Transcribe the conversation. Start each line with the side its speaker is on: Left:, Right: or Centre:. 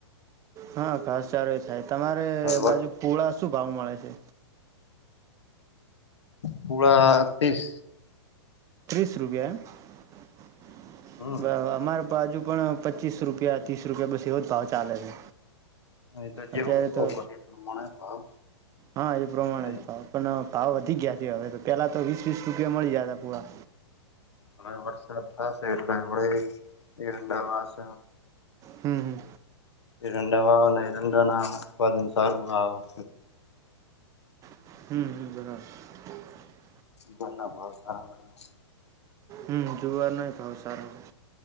Right: હા, ઘાસ ચારો એ થાય તમારે
Left: હવે
Right: બાજુ પૂળા શું ભાવ મળે છે.
Left: કુડા ત્રીસ
Right: ત્રીસ રૂપિયા
Left: હમ
Right: એમ અમાર બાજુ, પણ પચીસ રૂપિયા ત્રીસ રૂપિયા બસ એવો જ ભાવ ચાલે છે.
Left: હ, તો જેવ
Right: અત્યારે
Left: <unintelligible>
Right: તો
Left: ક પ એ પ્રમાણે ભાવ
Right: હા, એ પ્રમાણે
Left: મળે.
Right: પણ ભાવ વધી ગયા છે. હવે તો પેલા તો વીસ વીસ રૂપિયા મળી જતા પુરા
Left: હ, વડશત થશે એટલે એ એવડા <unintelligible> માસ
Right: હમ, હમ
Left: <unintelligible> એઇરંડા વા હઈરંડા નાત્દન સારુ
Right: હમ, હ બરાર
Left: બર ના ભાવ સારા
Right: હમ, જોવાના એ ભાવ સારા